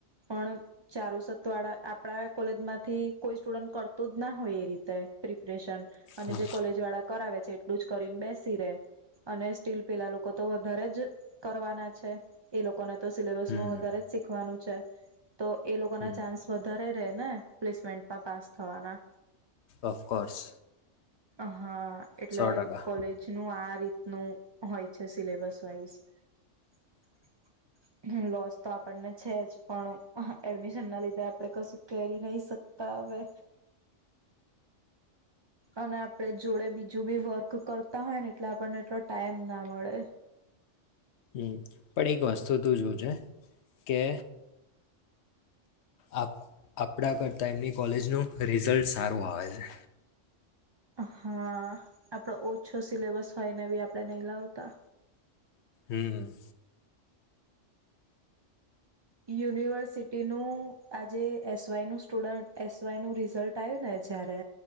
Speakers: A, on the right; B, on the left.
A: પણ ચારુસ ત વાળા આપણા કોલેજમાંથી કોઈ સ્ટુડન્ટ કરતું જ ના હોય એ રીતે પ્રિપરેશન, અને
B: હમ
A: જે કોલેજ વાળા કરાવે છે કરીન બેસી રે અને સ્ટીલ પેલા લોકો તો વધારે જ કરવાના છે, એ લોકોને તો સિલેબલ્સમાં
B: હમ હમ
A: વધારે જ શીખવાનું છે તો એ લોકોના
B: હમ
A: ચાન્સ વધારે રે. ને પ્લેસમેન્ટમાં પાસ થાવાના.
B: ઓફકોર્સ.
A: અહ હા. એટલે
B: સો ટકા
A: કોલેજ નું આ રીત નું હોય છે સિલેબસ વાઈઝ. <unintelligible> લૉસ તો આપણને છે જ પણ અહ એડમિશન ના લીધે આપરે કશું કરી નય શકતા હવે. અને આપણે જોડે બીજું બી વર્ક કરતા હોય ને એટલે આપણને એટલો ટાઈમ ના મળે.
B: હમ્મ, પણ એક વસ્તુ તું જોજે કે આપ આપણા કરતા એમની કોલેજનું રિઝલ્ટ સારું આવે છે.
A: હા, આપણે ઓછો સિલેબસ હોયને બી આપણે નઈ લાવતા.
B: હમ્મ.
A: યુનિવર્સિટીનું, આજે એસવાય નું, સ્ટુડન્ટ એસવાયનું રિઝલ્ટ આવ્યું ને, જયારે